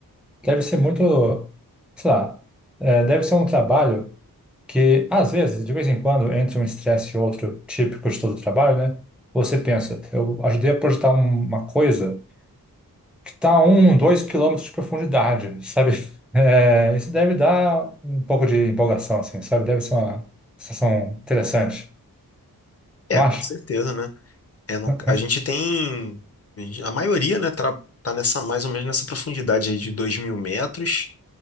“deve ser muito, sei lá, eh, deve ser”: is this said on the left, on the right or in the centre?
Centre